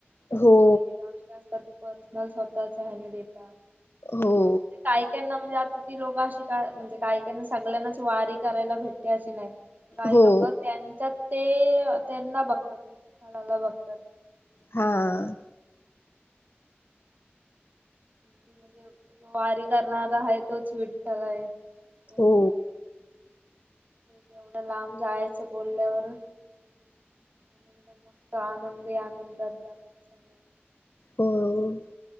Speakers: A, on the left (about 65°); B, on the right (about 40°).
A: हो
B: कॉई आसे असतात ते पर्सनल स्वतःच आहे देतात
A: हो
B: ते काय त्यांना म्हणजे आता ती लोकं अशी काय म्हणजे काही काही ना सगळ्यांनाच वारी करायला भेटते अशी नाही. काही
A: हो
B: लोक त्यांच्यात ते त्यांना बघतात विठ्ठालाला बघतात.
A: हां.
B: ते म्हणजे वारी करणारा आहेत. तोच विठ्ठल हाय बोलतात.
A: हो
B: तेवढं लांब जायचं बोलल्यावर एकदम मस्त आनंदी आनंदात जातात सगळे.
A: हो अ.